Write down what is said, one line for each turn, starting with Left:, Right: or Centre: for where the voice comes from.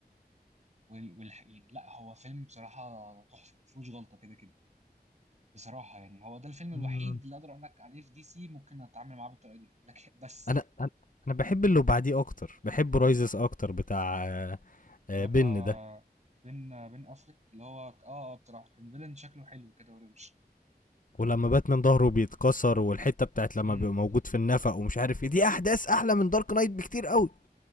Right: وال... والح... يعني لا هو فيلم بصراحه تحفه مفيهوش غلطه كده كده بصراحه يعني هو ده الفيلم
Left: مم.
Right: الوحيد اللي اقدر اقول لك عليه في دي سي ممكن اتعامل معاه بالطريقه دي لكن بس
Left: انا انا أنا بحب اللي بعديه اكتر بحب رايزس اكتر بتاع آه، آه،
Right: اللي هو بتاع
Left: بن ده
Right: بين بين افلك اللي هو اه اه بصراحه كان فيلن شكله حلو كده وروش
Left: ولما باتمان ظهره بيتكسر والحته بتاعت لما
Right: امم
Left: بيبقى موجود في النفق ومش عارف ايه دي احداث احلى من دارك نايت بكتير قوي